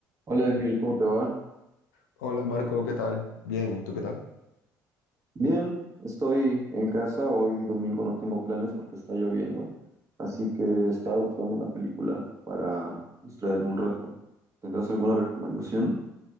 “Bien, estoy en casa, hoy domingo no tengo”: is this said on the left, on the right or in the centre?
Right